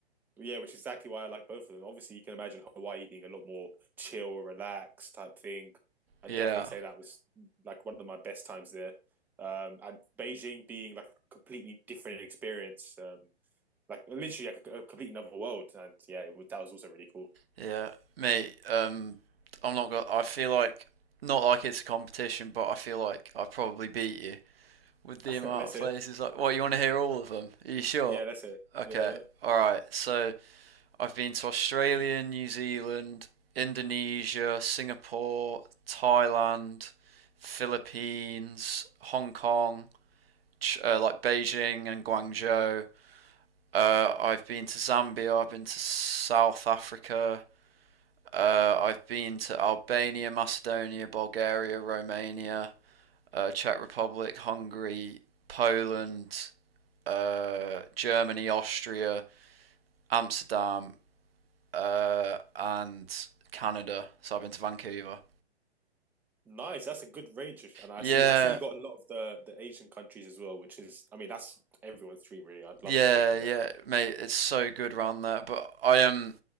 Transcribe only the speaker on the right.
Yeah.
Yeah, mate. Um, I'm not gonna. I feel like not like it's a competition, but I feel like I probably beat you with the
amount
of
places. Like, what you want to hear all of them? Are you sure?
Okay,
all right. So, I've been to Australia, New Zealand, Indonesia, Singapore, Thailand, Philippines, Hong Kong, Ch- uh, like Beijing and Guangzhou. Uh, I've been to Zambia. I've been to South Africa. Uh, I've been to Albania, Macedonia, Bulgaria, Romania, uh, Czech Republic, Hungary, Poland, uh, Germany, Austria, Amsterdam, uh, and Canada. So I've been to Vancouver.
Yeah,
Yeah,
yeah,
mate, it's so good around there. But I am